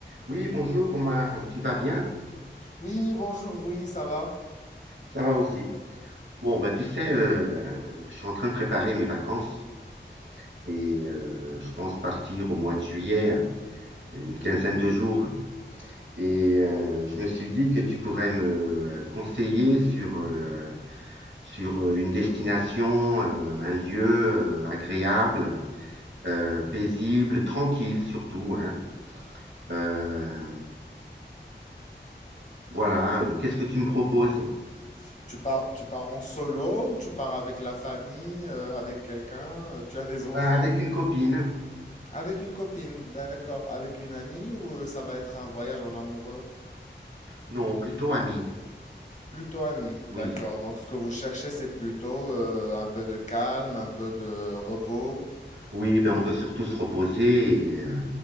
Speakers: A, on the right; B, on the left.
A: Oui, bonjour Omar, tu vas bien?
B: Oui, bonjour, oui, ça va?
A: Ça va aussi. Bon, bah tu sais, euh, je suis en train de préparer mes vacances et euh, je pense partir au mois de juillet, une quinzaine de jours. Et euh, je me suis dit que tu pourrais me conseiller sur, euh, sur euh, une destination, euh, un lieu euh, agréable, euh, paisible, tranquille surtout, hein. Euh, voilà,
B: Mm,
A: euh, qu'est-ce que tu me
B: D'accord.
A: proposes?
B: Tu pars, tu pars en solo ou tu pars avec la famille, euh, avec quelqu'un? euh, Tu as des enfants?
A: Bah, avec une copine.
B: Avec une copine, d'accord. Avec une amie ou euh, ça va être un voyage en amoureux?
A: Non, plutôt amie.
B: Plutôt ami, d'accord.
A: Oui,
B: Donc ce que vous cherchez, c'est plutôt euh, un peu de calme, un peu de repos.
A: Oui, ben on veut surtout se reposer et, euh,